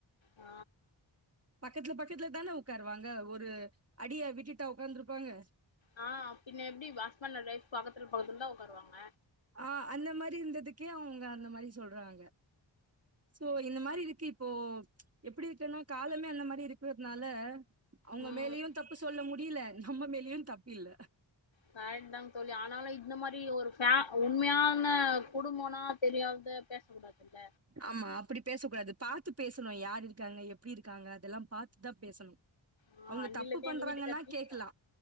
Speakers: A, on the left; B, on the right.
A: ஆ
B: பக்கத்துல பக்கத்துல தான உட்காருவாங்க ஒரு அடிய விட்டுட்டா உட்காந்துருப்பாங்க
A: ஆ பின்ன எப்டி ஹஸ்பண்ட் அண்ட் வைஃப் பக்கத்துல பக்கத்துலதா உக்காருவாங்க
B: ஆ அந்த மாரி இருந்ததுக்கே அவுங்க அந்த மாரி சொல்றாங்க சோ இந்த மாரி இருக்கு இப்போ எப்டி இருக்குனா காலமே அந்த மாரி இருக்கிறதுனால அவுங்க
A: ம்
B: மேலயு தப்பு சொல்ல முடியல நம்ம மேலயு தப்பு இல்ல
A: கரெக்ட் தாங்க தோழி ஆனாலு இந்த மாரி ஒரு ஃபே உண்மையா ன குடும்போன தெரியாத பேச கூடாதுல்ல
B: ஆமா அப்டி பேச கூடாது பாத்து பேசணு யாரு இருக்காங்க எப்டி இருக்காங்க அதெல்லா பாத்துதா பேசணு
A: ஆ
B: அவுங்க
A: அன்னிலருந்து
B: தப்பு பண்றாங்கன்னா
A: எங்க வீட்டுக்காரு பீச்
B: கேட்கலா